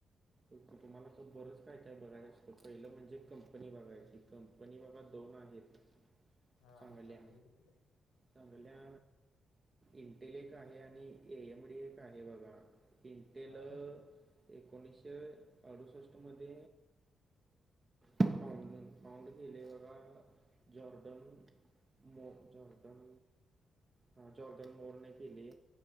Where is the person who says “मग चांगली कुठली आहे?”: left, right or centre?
Left